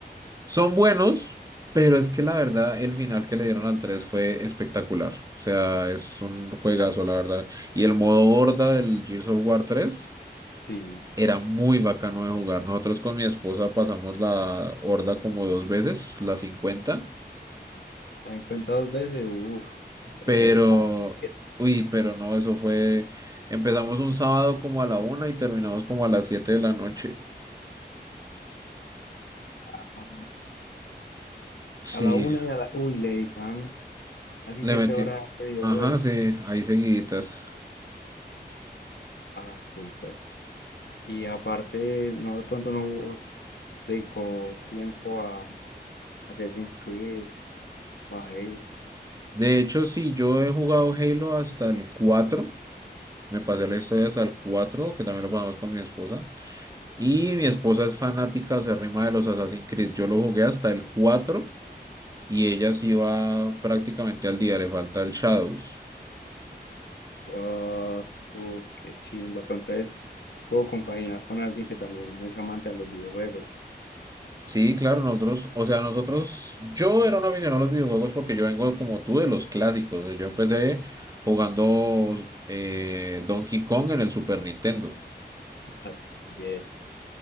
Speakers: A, on the right (about 20°); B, on the left (about 85°).
A: Son buenos, pero es que la verdad el final que le dieron al 3 fue espectacular. O sea, es un juegazo, la verdad. Y el modo horda del Gears of War tres
B: Sí,
A: era muy bacano de jugar. Nosotros con mi esposa pasamos la horda como dos veces, la 50,
B: la 50 dos veces, uff, pero
A: pero,
B: se dedicaban
A: uy, pero no, eso fue... Empezamos un sábado como a la una y terminamos como a las 7 de la noche.
B: a,
A: Sí,
B: a la una y a la... Uy, le dedicaban casi
A: le
B: 7
A: metí.
B: horas de videojuego.
A: Ajá, sí, ahí seguiditas.
B: Ah, súper. Y aparte, no de pronto no hubo- dedicó tiempo a Assassin's Creed o a Halo.
A: De hecho, sí, yo he jugado Halo hasta el cuatro, Me pasé la historia hasta el 4, que también lo pasamos con mi esposa. Y mi esposa es fanática acérrima de los Assassin's Creed. Yo lo jugué hasta el 4 y ella sí va prácticamente al día, le falta el Shadows.
B: Wow, uh, qué chimba. Pero entonces puedo compaginar con alguien que también es amante a los videojuegos.
A: Sí, claro, nosotros, o sea, nosotros, yo era un aficionado a los videojuegos porque yo vengo como tú de los clásicos. Yo empecé jugando eh, Donkey Kong en el Super Nintendo.
B: Ah, Bien.